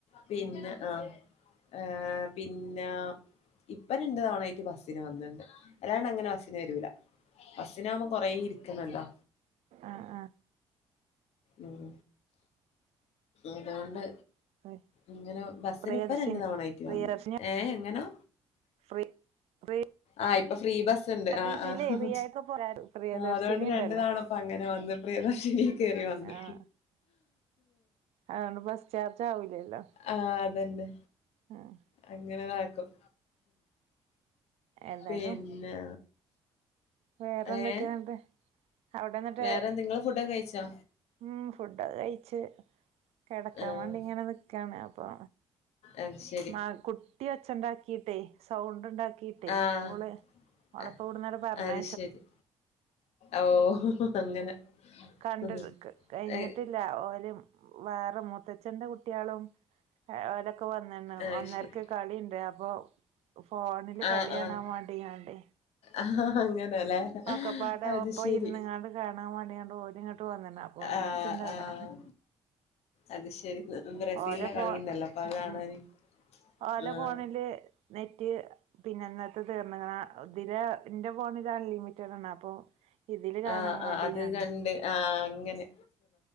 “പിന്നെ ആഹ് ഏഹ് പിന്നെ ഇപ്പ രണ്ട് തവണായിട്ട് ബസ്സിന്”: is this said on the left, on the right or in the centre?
Left